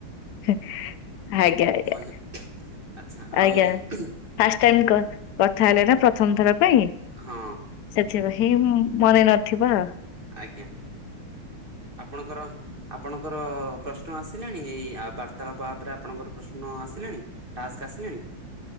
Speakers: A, on the left; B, on the right.
A: ଆଜ୍ଞା ଆଜ୍ଞା
B: ମନେ ଆଚ୍ଛା ଆଉ
A: ଆଜ୍ଞା। ଫାଷ୍ଟ ଟାଇମ କଥା ହେଲେ ନା ପ୍ରଥମ ଥର ପାଇଁ
B: ହଁ
A: ସେଥିପାଇଁ ହିଁ ମନେ ନଥିବ।
B: ଆଜ୍ଞା ଆପଣଙ୍କର ଆପଣଙ୍କର ପ୍ରଶ୍ନ ଆସିଲାଣି ଏଇ ଆଉ ବାର୍ତାଳାପ ଉପରେ ଆପଣଙ୍କର ପ୍ରଶ୍ନ ଆସିଲାଣି? ଟାସ୍କ ଆସିଲାଣି?